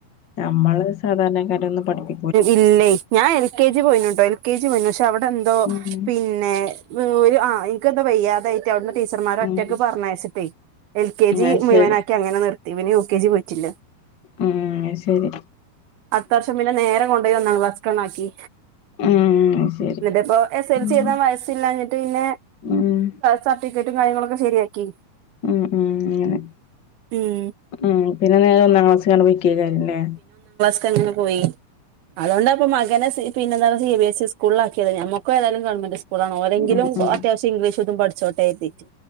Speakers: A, on the left; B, on the right.
A: നമ്മള് സാധാരണ ക്കാരൊന്നും പഠിപ്പി
B: ഇല്ലെയ് ഞാൻ എൽ കെ ജി പോയിനുട്ടോ എൽ കെ ജി പോയിനു പക്ഷേ അവിടെന്തോ
A: ഉം
B: പിന്നെ ഓര് ആഹ് ഇൻക്കെന്തോ വയ്യാതായി റ്റ് അവിടുന്നു ടീച്ചർമാരൊറ്റക്ക്
A: ഉം
B: പറഞ്ഞയച്ചിട്ടേ എൽ കെ ജി
A: അത്
B: മുഴുവനാക്കി
A: ശരി
B: അങ്ങനെ നിർ ത്തി പിന്നെ യൂ കെ ജി പോയ്റ്റില്ല
A: ഉം അത്‌ശരി
B: തർഷം പിന്നെ നേരെ കൊണ്ടോയി ഒന്നാം ക്ലാസ്ക്കാണ്ടാക്കി
A: ഉം അത് ശരി
B: ന്ന്ട്ട്പ്പോ എസ് എൽ
A: ഉം
B: സി എയ്താൻ വയസ്സില്ലാഞ്ഞിട്ട് പിന്നെ
A: ഉം
B: സർട്ടിക്കറ്റും കാര്യങ്ങളൊക്കെ ശെരിയാക്കി
A: ഉം ഉം അങ്ങനെ
B: ഉം
A: ഉം പിന്നെ നേരെ ഒന്നാം ക്ലാസ്ക്കാണ്ട് പോയി ക്കേക്കാരം ലേ
B: ക്കങ്ങനെ പോയി അതോണ്ടാപ്പൊ മകനെ പിന്നെന്താണ് സി ബി എസ് സി സ്കൂള്ലാക്കിയത് നമ്മക്ക് ഏതായാലും ഗവൺമന്റ് സ്കൂളാണ് ഓലെങ്കിലും
A: ഉം ഉം
B: അത്യാവശ്യം ഇംഗ്ലീഷും തും പഠിച്ചോട്ടേതീട്ട്